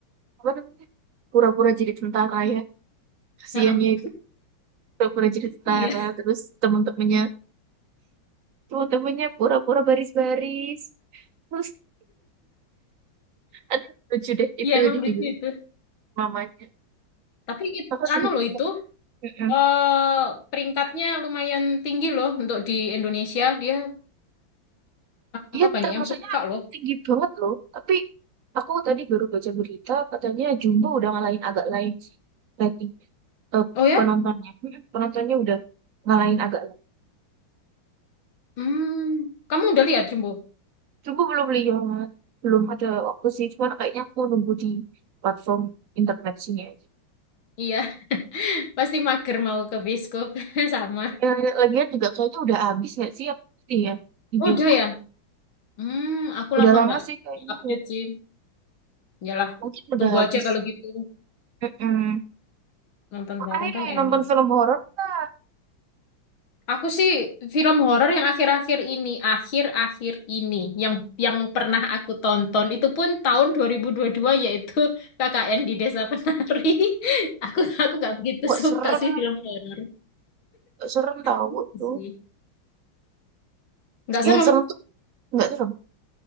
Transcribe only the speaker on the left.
Heeh.
Iya,
<laughs>
iya emang
lucu
itu.
Tapi it-
anu loh itu
eh peringkatnya lumayan tinggi loh untuk di Indonesia. Dia
apa banyak
yang suka loh.
Oh ya?
Hmm, kamu udah lihat Jumbo?
Iya, <laughs> pasti mager mau ke bioskop <laughs> sama.
Oh,
udah ya? Hmm, aku
lama
nggak
update
sih. Yalah,
tunggu
aja kalau gitu.
Nonton
bareng kan enak.
Aku sih film horor yang akhir-akhir ini, akhir-akhir ini yang yang pernah aku tonton itu pun tahun dua dua ribu dua puluh dua yaitu KKN di Desa Penari. <laughs> Aku aku nggak begitu
suka
sih film horor
itu
sih. Nggak serem.